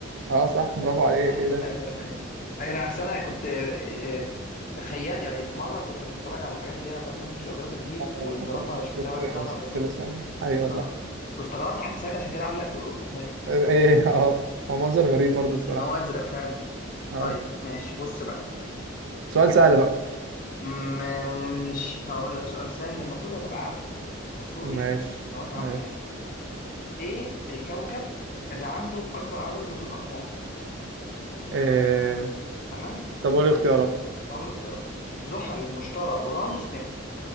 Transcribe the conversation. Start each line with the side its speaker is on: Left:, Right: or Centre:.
Right: أه صح برافو عليك
Left: اي
Right: كده
Left: ازرق اي أي، انا أصل انا كنت إيه تخيل يعني في مره كنت بتفرج على حاجات اللي هي بتاعت ناشونال جيوغرافيك دي
Right: آه،
Left: والزرافه شفتها
Right: شفت
Left: وهي بتطلع لسانها
Right: شفت اللسان ايوه صح
Left: اه واستغربت حتى ساعتها عشان كده علق في في دماغي
Right: ايه إيه، اه آه. هو منظر غريب برضو الصراحه
Left: ان هو ازرق فعلا
Right: اه
Left: طيب ماشي بص بقى
Right: سؤال سهل بقى
Left: ماشي هقول لك سؤال سهل المفروض هتبقى عارفه المفروض
Right: ماشي
Left: يعني معلومات عامه
Right: ماشي
Left: يعني ايه الكوكب اللي عنده اكبر عدد من الاقمار
Right: إيه...
Left: تمام
Right: طب وايه الاختيارات
Left: اسلك هقول اختيارات زحل المشتري اورانوس نبتون